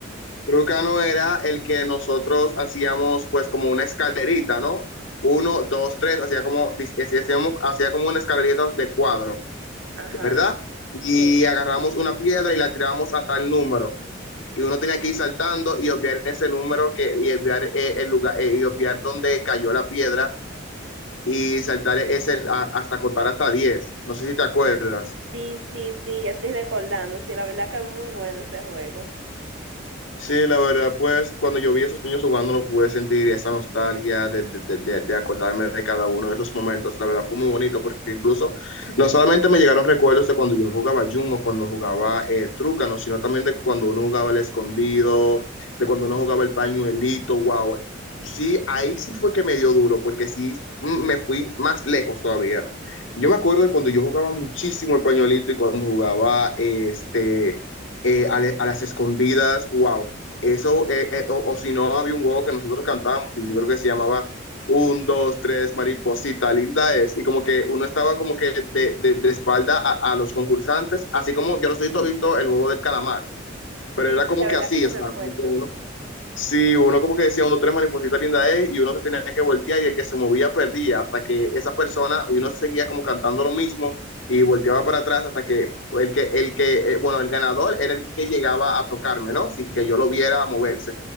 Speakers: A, on the left; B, on the right.
A: Trucano era el que nosotros hacíamos, pues, como una escalerita, ¿no? Uno, dos, tres, hacía como, dis- hacíamos- hacía como una escalerita de cuadro,
B: Ajá,
A: ¿verdad? Y
B: sí.
A: agarramos una piedra y la tiramos a tal número. y uno tenía que ir saltando y obviar ese número que, y obviar eh, el lugar eh, y obviar dónde cayó la piedra y saltar ese a- hasta contar hasta diez No sé si te acuerdas.
B: Sí, sí, sí, ya estoy recordando. Sí, la verdad que es muy bueno ese juego.
A: Sí, la verdad, pues cuando yo vi a esos niños jugando, no pude sentir esa nostalgia de, de, de, de- de acordarme de cada uno de esos momentos. La verdad, fue muy bonito porque incluso no solamente me llegaron recuerdos de cuando yo jugaba Jumbo, cuando jugaba eh, Trucano, sino también de cuando uno jugaba el escondido, de cuando uno jugaba el pañuelito, wow. Sí, ahí sí fue que me dio duro porque sí mm, me fui más lejos todavía. Yo me acuerdo de cuando yo jugaba muchísimo el pañuelito y cuando jugaba eh, este eh, a, le- a las escondidas, wow, eso, eh, eh, o, o si no, había un juego que nosotros cantábamos, que yo creo que se llamaba un, dos, tres, mariposita, linda es. Y como que uno estaba como que de, de, de espalda a, a, los concursantes, así como yo no sé si tú has visto el juego del calamar, pero
B: Sí,
A: era como
B: sí, la
A: que
B: verdad
A: así,
B: que yo
A: o sea,
B: me acuerdo.
A: como que uno Sí, uno como que decía, uno tres mariposita linda es, y uno se tenía que voltear y el que se movía perdía, hasta que esa persona, y uno se seguía como cantando lo mismo y volteaba para atrás hasta que fue el que, el que, eh, bueno, el ganador era el que llegaba a tocarme, ¿no? Sin que yo lo viera moverse.